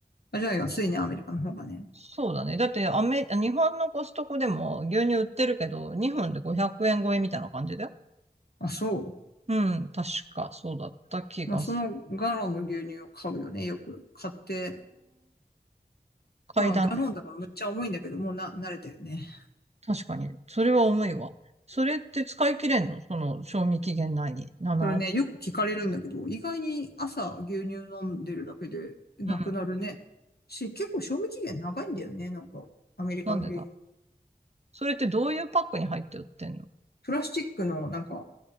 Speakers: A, on the left; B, on the right.
A: あ、じゃあ安いね、アメリカの方がね。
B: そうだね。だってアメ、日本のコストコでも牛乳売ってるけど、日本で500円超えみたいな感じだよ。
A: あ、そう。
B: うん、確かそうだった気がする。
A: まあ、そのガロンの牛乳を買うよね。よく買って。
B: 階段ね。
A: まあ、ガロンだからむっちゃ重いんだけど、もうな、慣れたよね。
B: 確かに。それは重いわ。それって使い切れんのその、賞味期限内に。なな。
A: それね、よく聞かれるんだけど、意外に朝牛乳飲んでるだけでなくなるね。
B: うん。
A: し、結構賞味期限長いんだよね。なんか、アメリカの牛乳。
B: なんでだ。それってどういうパックに入って売ってんの
A: プラスチックのなんか、